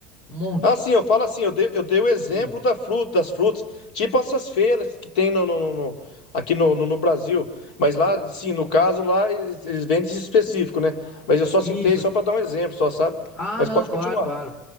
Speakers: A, on the left (about 40°); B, on the left (about 80°).
A: Um monte.
B: ah, sim, eu falo assim, eu dei, eu dei o exemplo
A: Hum.
B: da fruta, das frutas, tipo essas feiras que tem no, no- no- no- aqui no, no, no Brasil, mas lá, sim, no caso lá eles, eles vendem esse específico, né? Mas eu só
A: Isso.
B: citei só para dar um exemplo, só sabe?
A: Ah,
B: Mas
A: não,
B: pode
A: claro,
B: continuar.
A: claro.